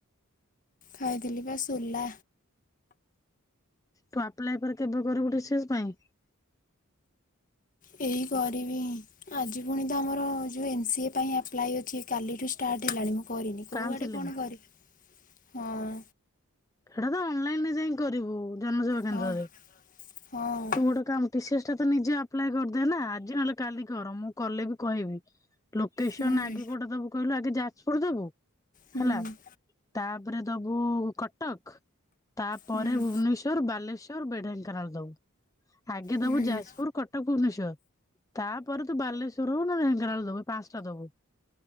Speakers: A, on the left; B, on the left.
A: ଖାଇଥିଲି ପା ସୋଲା।
B: ତୁ ଆପ୍ଲାଏ ପରେ କେବେ କରିବୁ ଟି ସି ଏସ ପାଇଁ?
A: ଏଇ କରିବି ଆଜି ପୁଣି ତ ଆମର ଯୋଉ ଏମ୍ ସି ଏ ପାଇଁ ଆପ୍ଲାଏ ଅଛି କାଲିଠୁ ଷ୍ଟାର୍ଟ ହେଲାଣି। କରିନି କୋଉ
B: କାଉନସିଲିଂ?
A: ଆଡେ କଣ କରିବା ହଁ।
B: ହେଡା ତ ଅନଲାଇନରେ ଯାଇ କରିବୁ ଜନସେବା କେନ୍ଦ୍ରରେ।
A: ହଁ ହଁ
B: ତୁ ଗୋଟେ କାମ ଟି ସି ଏସ ଟାତ ନିଜେ ଆପ୍ଲାଏ କରିଦେ ନା ଆଜି ନହେଲେ କାଲି କର ମୁଁ କଲେ ବି କହିବି। ଲୋକେସନ୍
A: ହୁଁ।
B: ଆଗେ କୋଉଟା ଦବୁ କହିଲୁ ଆଗେ ଯାଜପୁର ଦବୁ
A: ହୁଁ
B: ହେଲା ତା ତାପରେ ଦବୁ କଟକ ତାପରେ
A: ହୁଁ।
B: ଭୁବନେଶ୍ଵର ବାଲେଶ୍ଵର ବେ ଢେଙ୍କାନାଳ ଦବୁ ଆଗେ ଦବୁ
A: ହୁଁ।
B: ଯାଜପୁର କଟକ ଭୁବନେଶ୍ଵର ତାପରେ ତୁ ବାଲେଶ୍ଵର ହଉ ନା ଢେଙ୍କାନାଳ ଦବୁ ପାଞ୍ଚଟା ଦବୁ।